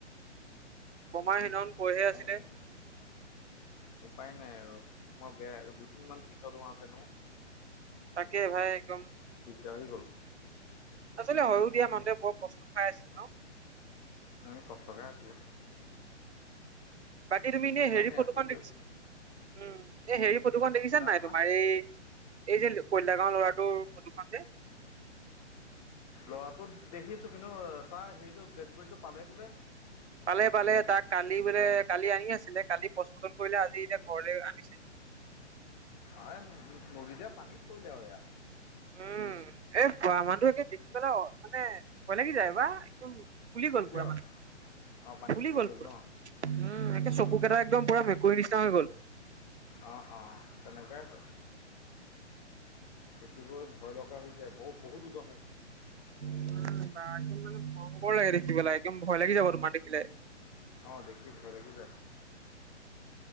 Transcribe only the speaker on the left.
অহ' উপায় নাই আৰু মই বেয়া, দুদিন মমান পিছত হোৱা হেতেনো
দাহি গ'ল।
আৰু কষ্টকে আছিলে।
উপায়
নাই
কৰিবি
হা
হা
ল'ৰাটো দেখিছো, কিন্তু তাৰ হেৰিটো দেদবদিটো পালে বোলে।
অ' নদীতে পানীত পৰিলে আৰুয়া
কিয়
অঁ পানীত
ফুৰি
ন
অঁ
অ', অ', তেনেকুৱাই হয়। দেখিবলৈ ভয় লগা হৈ যায়, বহুত বহুত উজন
অ' দেখিল ভয় লাগি যায়।